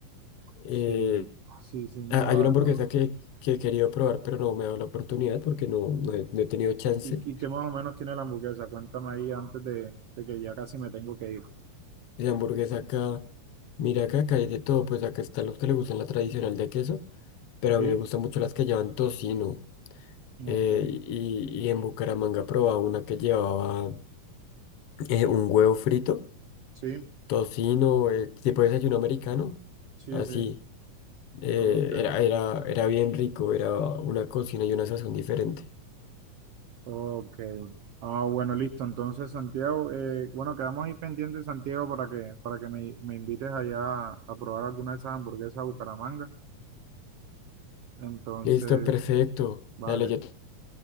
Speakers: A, on the left (about 75°); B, on the right (about 70°).
A: Eh,
B: Sí, sí, sí, no,
A: ha-
B: la
A: hay una hamburguesa
B: verdad.
A: que, que he querido probar, pero no me ha dado la oportunidad porque no, no he, no he tenido chance.
B: ¿Y, y qué más o menos tiene la hamburguesa? Cuéntame ahí antes de, de que ya casi me tengo que ir.
A: La hamburguesa acá, mira acá, acá hay de todo, pues acá están los que le gustan la tradicional de queso, pero a
B: Sí,
A: mí me gustan mucho las que llevan tocino.
B: ok,
A: Eh, y, y en Bucaramanga probaba una que llevaba eh, un huevo frito,
B: sí,
A: tocino, eh, tipo desayuno americano,
B: sí,
A: así.
B: sí,
A: Eh,
B: ok,
A: era, era, era bien rico, era una cocina y una sazón diferente.
B: ok. Ah, bueno, listo. Entonces, Santiago, eh, bueno, quedamos ahí pendientes, Santiago, para que, para que me, me invites allá a probar alguna de esas hamburguesas de Bucaramanga. Entonces,
A: Listo, perfecto.
B: vale,
A: Dale, yo te-